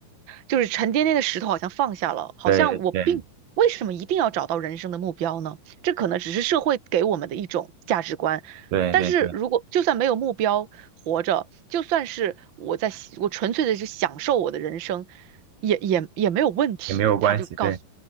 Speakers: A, on the right; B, on the right.
A: 就是沉甸甸的石头好像放下了，好像我并，
B: 对对对
A: 为什么一定要找到人生的目标呢？这可能只是社会给我们的一种价值观。
B: 对对对，
A: 但是如果就算没有目标活着，就算是我在喜我纯粹的是享受我的人生，也也也没有问题。
B: 也没有关系。
A: 他就告诉，
B: 对，